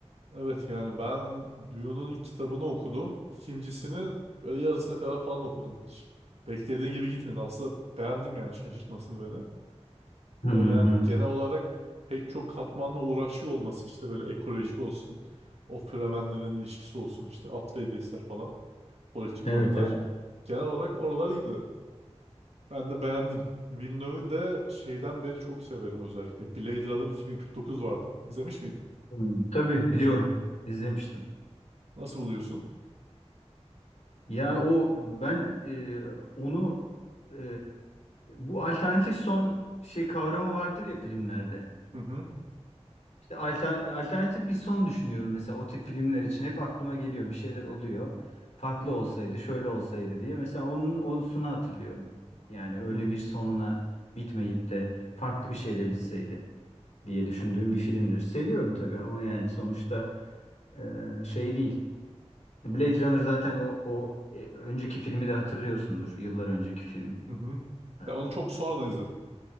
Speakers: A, on the right; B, on the left.
A: Evet yani ben Dune'un ilk kitabını okudum. İkincisini böyle yarısına kadar falan okudum. Hiç beklediğin gibi gitmedi. Aslında beğendim yani şaşırtmasını beni.
B: Hı
A: Ee,
B: hı.
A: Yani genel olarak pek çok katmanla uğraşıyor olması işte böyle ekolojik olsun, o Fremenlerin ilişkisi olsun, işte Atreides'ler falan, politik
B: Evet,
A: oyunlar.
B: evet.
A: Genel olarak oralar iyiydi. Ben de beğendim. Villeneuve'ü de şeyden beri çok severim özellikle. Blade Runner 2049 vardı. İzlemiş miydin?
B: Hı. Tabii biliyorum. İzlemiştim.
A: Hı. Nasıl buluyorsun?
B: Ya o ben e, onu e, bu alternatif son şey kavramı vardır ya filmlerde.
A: Hı hı.
B: İşte alter- alternatif bir son düşünüyorum mesela o tip filmler için hep aklıma geliyor bir şeyler oluyor. Farklı olsaydı, şöyle olsaydı diye. Mesela onun onusunu hatırlıyorum. Yani öyle
A: Hı hı.
B: bir sonla bitmeyip de farklı bir şeyle bitseydi diye düşündüğüm bir filmdir. Seviyorum tabii ama yani sonuçta e, şey değil. Blade Runner zaten o, o e, önceki filmi de hatırlıyorsundur. Yıllar önceki film.
A: hı.
B: Ee,
A: Ben onu çok sonradan izledim.